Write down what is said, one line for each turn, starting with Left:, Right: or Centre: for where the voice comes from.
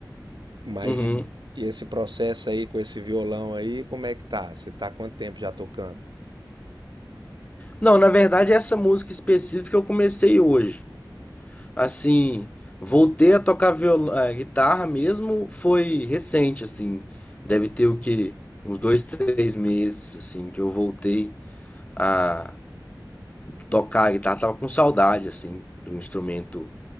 Right: Mas
Left: Uhum.
Right: e e esse processo aí com esse violão aí, como é que tá? Você tá há quanto tempo já tocando?
Left: Não, na verdade essa música específica eu comecei hoje. Assim, voltei a tocar viol... eh, guitarra mesmo, foi recente, assim. Deve ter o quê? Uns dois, três meses, assim, que eu voltei a tocar a guitarra. Tava com saudade, assim, de um instrumento